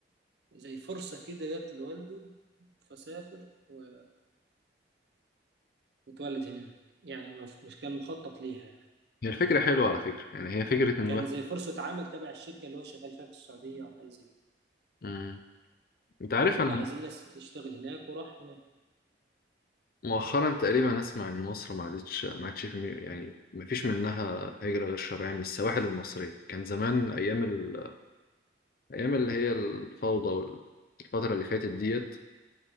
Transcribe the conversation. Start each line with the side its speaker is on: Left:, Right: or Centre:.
Right: زي فرصة كده جت لوالده فسافر و- واتولد هناك يعني ما- مش كان مخطط ليها يعني
Left: هي الفكره حلوه على فكره يعني هي فكره ان
Right: كان
Left: الواحد
Right: زي فرصة عمل تبع الشركة اللي هو شغال فيها في السعودية أو حاجة زي كده
Left: مم. انت عارف
Right: قالوا
Left: انا
Right: له عايزين ناس تشتغل هناك وراح هناك
Left: مؤخرا تقريبا اسمع ان مصر ما عادتش ما عادش في مي- يعني ما فيش منها هجره غير شرعيه من السواحل المصريه كان زمان ايام ال... ايام اللي هي الفوضى والفتره اللي فاتت ديت